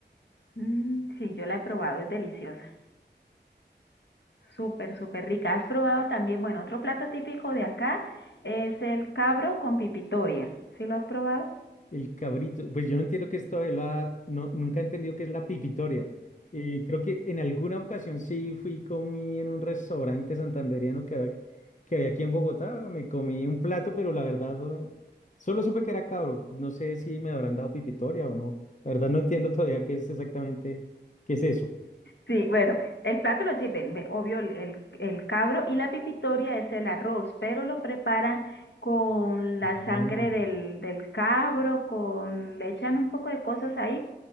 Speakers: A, on the left; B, on the left.
A: Mm, sí, yo la he probado, es deliciosa. Súper, súper rica. ¿Has probado también, bueno, otro plato típico de acá es el cabro con pipitoria? ¿Sí lo has probado?
B: El cabrito, pues yo no entiendo que esto de la, no, nunca he entendido qué es la pipitoria. Eh, creo que en alguna ocasión sí fui, comí en un restaurante santandereano que había, que había aquí en Bogotá, me comí un plato, pero la verdad eh, solo supe que era cabro. No sé si me habrán dado pipitoria o no. La verdad no entiendo todavía qué es exactamente, qué es eso.
A: Sí, bueno, el plato lo sirven, ve- obvio, el, el- el cabro y la pipitoria es el arroz, pero lo preparan con la
B: Ah,
A: sangre del, del cabro, con, le echan un poco de cosas ahí,